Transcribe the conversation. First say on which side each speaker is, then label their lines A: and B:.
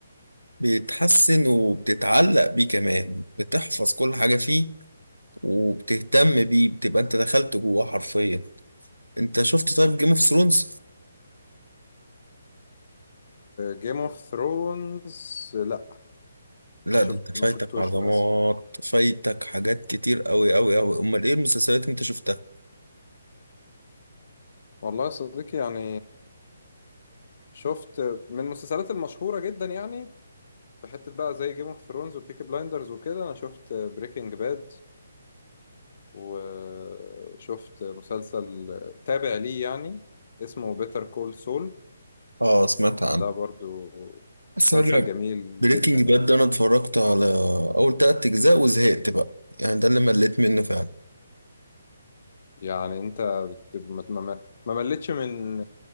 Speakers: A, on the right; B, on the left.
A: بيتحسن وبتتعلق بيه كمان بتحفظ كل حاجة فيه وبتهتم بيه بتبقى انت دخلت جواه حرفيا انت شفت طيب جيم اوف ثرونز
B: جيم اوف ثرونز لا
A: لا
B: ما شفت
A: ده انت
B: ما
A: فايتك
B: شفتوش
A: عظمات
B: للاسف
A: فايتك حاجات كتير قوي قوي قوي امال ايه المسلسلات اللي انت شفتها
B: والله يا صديقي يعني شفت من المسلسلات المشهورة جدا يعني في حتة بقى زي جيم اوف ثرونز وبيكي بلايندرز وكده أنا شفت بريكنج باد وشفت مسلسل تابع ليه يعني اسمه بيتر كول سول
A: اه سمعت عنه
B: ده برضو
A: بس
B: مسلسل
A: انا
B: جميل
A: بريكنج
B: جدا يعني
A: باد ده انا اتفرجت على اول تلات اجزاء وزهقت بقى يعني ده اللي مليت منه فعلا
B: يعني أنت بت- ما ما- ما مليتش من